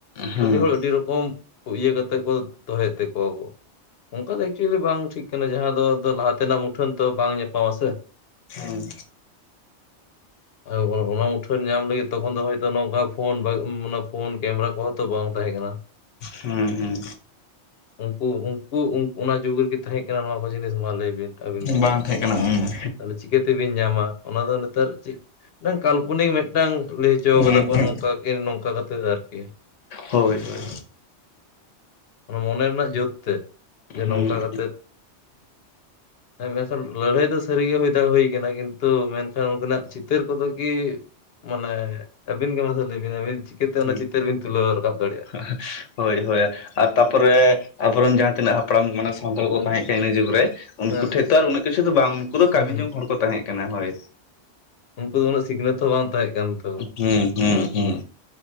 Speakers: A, on the left; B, on the left.
A: ᱦᱮᱸ
B: ᱟᱹᱰᱤ ᱦᱚᱲ ᱟᱹᱰᱤ ᱨᱚᱠᱚᱢ᱾ ᱠᱚᱢ ᱤᱭᱟᱹ ᱠᱟᱛᱮ ᱠᱚ ᱫᱚᱦᱚᱭᱮᱫ ᱛᱮᱠᱚᱣᱟ ᱠᱚ ᱚᱱᱠᱟ ᱫᱚ ᱮᱠᱪᱩᱭᱮᱞᱤ ᱵᱟᱝ ᱴᱷᱤᱠ ᱡᱟᱦᱟᱸ ᱫᱚ ᱞᱟᱦᱟ ᱛᱮᱱᱟᱜ ᱢᱩᱴᱷᱟᱹᱱ ᱛᱚ ᱵᱟᱝ ᱧᱟᱯᱟᱢᱟ ᱥᱮ?
A: ᱦᱚᱸ,
B: <unintelligible> ᱚᱱᱟ ᱢᱩᱴᱷᱟᱹᱱ ᱧᱟᱢ ᱞᱟᱹᱜᱤᱫ ᱛᱚᱠᱷᱚᱱ ᱫᱚ ᱦᱚᱭ ᱱᱚᱝᱠᱟ ᱯᱷᱳᱱ ᱯᱷᱳᱱ ᱠᱮᱢᱮᱨᱟ ᱠᱚᱦᱚᱸ ᱛᱚ ᱵᱟᱝ ᱛᱟᱦᱮᱸ ᱠᱟᱱᱟ᱾
A: ᱦᱚᱸ ᱦᱚᱸ,
B: ᱩᱱᱠᱩ ᱩᱱᱠᱩ ᱚᱱᱟ ᱡᱩᱜᱽ ᱨᱮᱜᱮ ᱛᱟᱦᱮᱸᱠᱟᱱᱟ ᱱᱚᱣᱟ ᱠᱚ ᱡᱤᱱᱤᱥ ᱢᱟ ᱞᱟᱹᱭ ᱵᱤᱱ? ᱟᱹᱵᱤᱱ ᱜᱮ
A: ᱵᱟᱝ ᱛᱟᱦᱮᱸ ᱠᱟᱱᱟ ᱩᱱᱢᱟ᱾
B: ᱛᱟᱦᱚᱞᱮ ᱪᱤᱠᱟᱹᱛᱮᱵᱤᱱ ᱧᱟᱢᱟ ᱚᱱᱟ ᱫᱚ ᱱᱮᱛᱟᱨ ᱪᱮᱫ, ᱵᱟᱝ ᱠᱟᱞᱯᱚᱱᱤᱠ ᱢᱤᱫᱴᱟᱝ ᱞᱟᱹᱭ ᱦᱚᱪᱚ
A: ᱦᱩᱸ
B: ᱠᱟᱫᱟ ᱠᱚ
A: ᱦᱩᱸ
B: ᱱᱚᱝᱠᱟ ᱠᱤ ᱱᱚᱝᱠᱟ ᱠᱟᱛᱮᱜ ᱟᱨ ᱠᱤ᱾
A: ᱦᱳᱭ ᱦᱳᱭ,
B: ᱚᱱᱟ ᱢᱚᱱᱮ ᱨᱮᱱᱟᱜ ᱡᱳᱨ ᱛᱮ ᱡᱮ
A: ᱦᱩᱸ
B: ᱱᱚᱝᱠᱟ ᱠᱟᱛᱮᱜ᱾ ᱦᱮᱸ ᱢᱮᱱᱠᱷᱟᱱ ᱞᱟᱹᱲᱦᱟᱹᱭ ᱫᱚ ᱥᱟᱹᱨᱤᱜᱮ ᱦᱩᱭ ᱫᱚ ᱦᱩᱭ ᱠᱟᱱᱟ ᱠᱤᱱᱛᱩ ᱢᱮᱱᱠᱷᱟᱱ, ᱩᱱᱠᱤᱱᱟᱜ ᱪᱤᱛᱟᱹᱨ ᱠᱚᱫᱚ ᱠᱤ? ᱢᱟᱱᱮ ᱟᱹᱵᱤᱱ ᱜᱮ ᱢᱟᱥᱮ ᱞᱟᱹᱭ ᱵᱤᱱ ᱟᱹᱵᱤᱱ ᱪᱤᱠᱟᱹ ᱛᱮ ᱚᱱᱟ
A: ᱦᱩᱸ
B: ᱪᱤᱛᱟᱹᱨ ᱵᱤᱱ ᱛᱩᱞᱟᱹᱣ ᱨᱟᱠᱟᱵ ᱫᱟᱲᱮᱭᱟᱜᱼᱟ
A: <unintelligible> ᱦᱳᱭ ᱦᱳᱭ ᱟᱨ ᱛᱟᱯᱚᱨᱮ ᱟᱵᱚ ᱨᱮᱱ ᱡᱟᱦᱟᱸ ᱛᱤᱱᱟᱹᱜ ᱦᱟᱯᱼᱼ ᱦᱟᱯᱲᱟᱢ ᱢᱟᱱᱮ ᱥᱟᱱᱛᱟᱲ ᱠᱚ
B: ᱦᱩᱸ
A: ᱛᱟᱦᱮᱸ ᱠᱟᱱᱟ ᱤᱱᱟᱹ ᱡᱩᱜᱽ ᱨᱮ ᱩᱱᱠᱩ
B: ᱦᱮᱸ
A: ᱴᱷᱮᱡᱼᱼ ᱛᱟᱨ ᱩᱱᱟᱹᱜ ᱠᱤᱪᱷᱩ ᱫᱚ ᱵᱟᱝ ᱩᱱᱠᱩ ᱫᱚ
B: ᱦᱩᱸ
A: ᱠᱟᱹᱢᱤ ᱡᱚᱝ ᱦᱚᱲ ᱠᱚ ᱛᱟᱦᱮᱸ ᱠᱟᱱᱟ ᱦᱳᱭ
B: ᱩᱱᱠᱩ ᱫᱚ ᱩᱱᱟᱹᱜ ᱥᱤᱠᱱᱟᱹᱛ ᱦᱚᱸ ᱵᱟᱝ ᱛᱟᱦᱮᱸ ᱠᱟᱱ ᱛᱚᱼᱼ
A: ᱦᱚᱸ ᱦᱚᱸ ᱦᱚᱸ